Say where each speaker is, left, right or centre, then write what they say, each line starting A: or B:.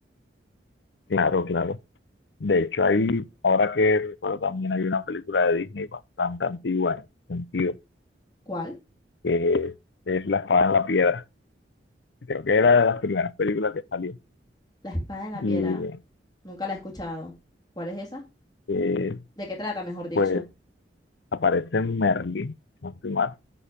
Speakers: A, on the left (about 70°); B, on the left (about 20°).
A: Claro, claro. De hecho, ahí, ahora que recuerdo, también hay una película de Disney bastante antigua en ese sentido,
B: ¿Cuál?
A: que es La espada en la piedra. Creo que era de las primeras películas que salió.
B: La espada en la piedra.
A: Y
B: Nunca la he escuchado. ¿Cuál es esa?
A: eh,
B: ¿De qué trata, mejor dicho?
A: pues aparece Merlin, si no estoy mal.